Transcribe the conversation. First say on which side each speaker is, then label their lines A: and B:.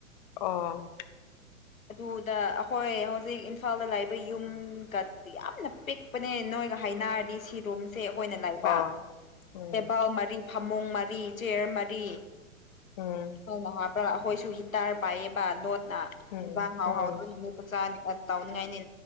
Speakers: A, on the left; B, on the left.
A: ꯑꯣ
B: ꯑꯗꯨꯗ ꯑꯩꯈꯣꯏ ꯍꯧꯖꯤꯛ ꯏꯝꯐꯥꯜꯗ ꯂꯩꯕ ꯌꯨꯝꯒꯇꯤ ꯌꯥꯝꯅ ꯄꯤꯛ ꯅꯦ ꯅꯣꯏꯒ ꯍꯥꯏꯅꯔꯗꯤ ꯁꯤ ꯔꯨꯝ ꯁꯦ ꯑꯩꯈꯣꯏꯅ ꯂꯩꯕ
A: ꯑꯣ ꯎꯝ
B: ꯇꯦꯕꯜ ꯃꯔꯤ ꯐꯃꯨꯡ ꯃꯔꯤ ꯆꯤꯌꯔ ꯃꯔꯤ
A: ꯎꯝ
B: ꯅꯪꯅ ꯍꯥꯞꯄ꯭ꯔꯥ ꯑꯩꯈꯣꯏꯁꯨ ꯍꯤꯇꯥꯔ ꯄꯥꯏꯌꯦꯕ ꯂꯣꯠꯅ
A: ꯎꯝ
B: ꯌꯦꯟꯖꯥꯡ ꯍꯥꯎ
A: ꯎꯝ
B: ꯍꯥꯎꯗꯣꯏꯅꯤ ꯂꯣꯠꯄ ꯆꯥꯅꯤ ꯑ ꯇꯥꯎꯅꯤꯡꯉꯥꯏꯅꯦ